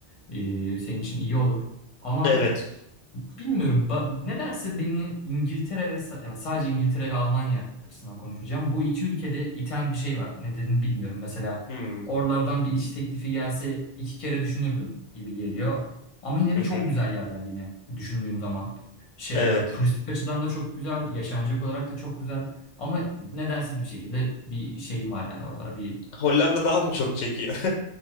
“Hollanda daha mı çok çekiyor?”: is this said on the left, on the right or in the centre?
Left